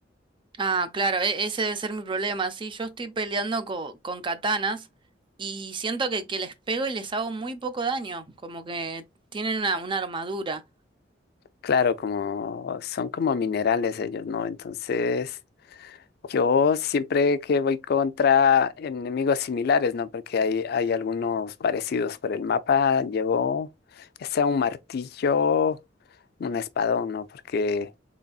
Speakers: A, on the right; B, on the left.
A: Ah, claro, e- ese debe ser mi problema. Sí, yo estoy peleando co- con katanas y siento que, que les pego y les hago muy poco daño, como que tienen una, una armadura.
B: Claro, como son como minerales ellos, ¿no? Entonces, yo siempre que voy contra enemigos similares, ¿no? Porque hay, hay algunos parecidos por el mapa, llevo ya sea un martillo, un espadón, ¿no? Porque...